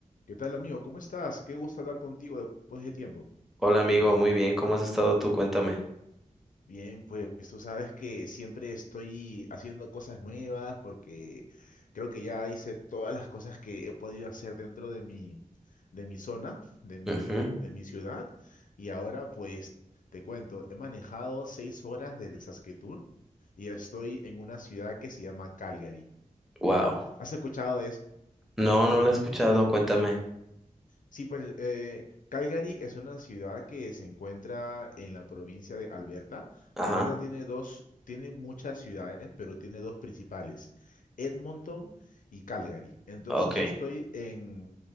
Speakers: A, on the left (about 70°); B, in the centre.
A: ¿Qué tal, amigo? ¿Cómo estás? Qué gusto hablar contigo después de tiempo.
B: Hola amigo, muy bien, ¿cómo has estado tú? Cuéntame.
A: Bien, pues tú sabes que siempre estoy haciendo cosas nuevas porque creo que ya hice todas las cosas que he podido hacer dentro de mi, de mi zona, de mi,
B: Ujú,
A: de mi ciudad. Y ahora, pues, te cuento, he manejado seis horas desde Saskatoon y estoy en una ciudad que se llama Calgary.
B: Wow.
A: ¿Has escuchado de eso?
B: No, no lo he escuchado, cuéntame.
A: Sí, pues eh, Calgary es una ciudad que se encuentra en la provincia de Alberta.
B: Ajá,
A: Alberta tiene dos, tiene muchas ciudades, pero tiene dos principales, Edmonton y Calgary. Entonces
B: ok.
A: yo estoy en,